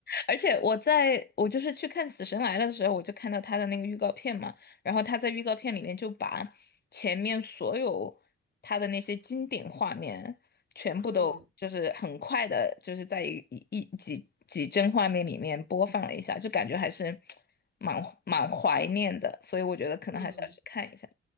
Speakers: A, on the left; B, on the right.
A: 而且我在我就是去看《死神来了》的时候，我就看到他的那个预告片嘛，然后他在预告片里面就把前面所有他的那些经典画面全部都就是很快的，
B: <laughs> 嗯
A: 就是在一一一几几帧画面里面播放了一下，就感觉还是蛮蛮怀念的，所以我觉得可能还是要去看一下。
B: 嗯，